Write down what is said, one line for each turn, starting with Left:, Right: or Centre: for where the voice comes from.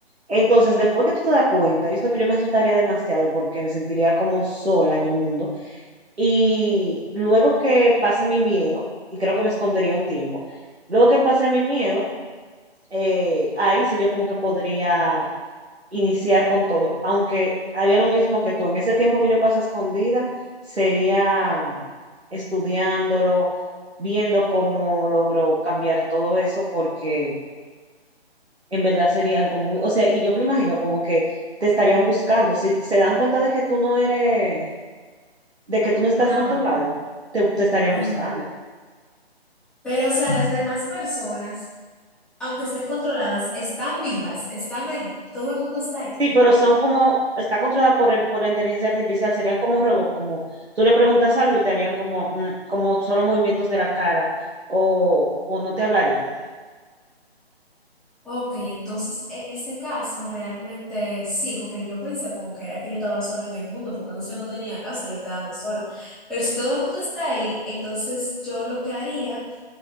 Right: Entonces, después que tú te das cuenta, yo siento que yo me asustaría demasiado porque me sentiría como sola en el mundo. Y luego que pase mi miedo, y creo que me escondería un tiempo, luego que pase mi miedo, eh, ahí sí yo como que podría iniciar con todo, aunque haría lo mismo que tú. En ese tiempo que yo paso escondida, sería estudiándolo, viendo cómo logro cambiar todo eso, porque en verdad sería algo muy, o sea, y yo me lo imagino como que te estarían buscando. Si se dan cuenta de que tú no eres, de que tú no estás
Centre: una
Right: controlado,
Centre: mano.
Right: te, te estarían
Centre: Ajá.
Right: buscando.
Centre: Pero, o sea, las demás personas, aunque estén controladas, están vivas, están ahí, todo el mundo está ahí.
Right: Sí, pero son como, está controlada por el, por la inteligencia artificial, serían como robots, como tú le preguntas algo y te harían como, mm, como solo movimientos de la cara o, o no te hablarían.
Centre: Ok, entonces en ese caso realmente sí, porque yo pensé como que era que yo estaba sola en el mundo, porque no sé, no tenía casa, yo quedarme sola. Pero si todo el mundo está ahí, entonces yo lo que haría